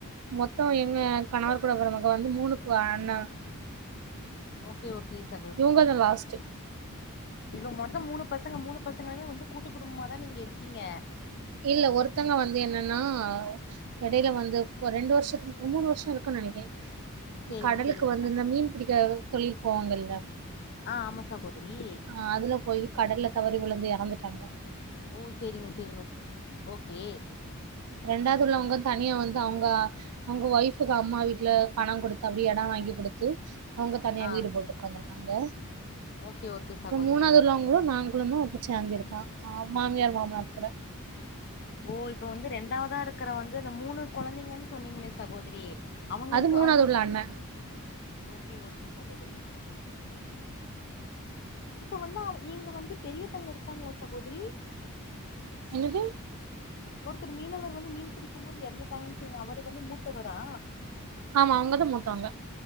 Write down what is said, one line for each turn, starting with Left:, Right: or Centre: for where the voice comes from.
Right: மொத்தோ எங்க கணவர் கூட பொறந்தவங்க வந்து மூணுக்கு க அண்ணா
Left: ஓகே ஓகே சகோதரி
Right: இவங்க தான் லாஸ்ட்டு
Left: இப்ப மொத்தோ மூணு பசங்க மூணு பசங்களுமே வந்து கூட்டு குடும்பமதா நீங்க இருக்கீங்க
Right: இல்ல ஒருத்தங்க வந்து என்னன்னா எடைல வந்து ஒரு ரெண்டு வருஷத் மூணு வருஷோ இருக்கும்னு நெனைக்கே
Left: சேரிங்க
Right: கடலுக்கு
Left: சேரிங்க
Right: வந்து
Left: சகோ
Right: இந்த மீன் பிடிக்க தொழில்க் போவாங்கல்ல
Left: ஆ ஆமா சகோதரி
Right: ஆ அதுல போய் கடல்ல தவறி விழுந்து இறந்துட்டாங்க
Left: ஓ சேரிங்க சேரிங்க ஓகே
Right: ரெண்டாதுள்ளவங்க தனியா வந்து அவுங்க அவ்ங்க ஒய்ஃபுக்கு அம்மா வீட்ல பணம் குடுத்து அப்டியே எடொ வாங்கி குடுத்து அவுங்க தனியா
Left: ஆ
Right: வீடு போட்டு உட்காந்ருக்காங்க
Left: ஓகே ஓகே சகோதரி
Right: மூணாவது உள்ளவங்களு நாங் களுமு சேந்துருக்கோ மாமியார் மாமனார் கூட
Left: ஓ இப்ப வந்து ரெண்டாவதா இருக்கிற வந்து இந்த மூணு கொழந்தைங்கன்னு சொன்னீங்களே சகோதரி அவங்களுக்கு
Right: அது மூணாவது
Left: அவுங்களுக்கு
Right: உள்ள
Left: மூணு
Right: அண்ண
Left: ஓகே ஓகே சகோதரி இப்ப வந்தா நீங்க வந்து பெரிய பையே இருக்காங்களா சகோதரி
Right: என்னது
Left: ஒருத்தர் மீனவர் வந்து மீன் பிடிக்கும் போது இறந்துட்டாங்கன்னு சொண்ணீங்க அவரு வந்து மூத்தவரா
Right: ஆமா அவுங்கதா மூத்தவங்க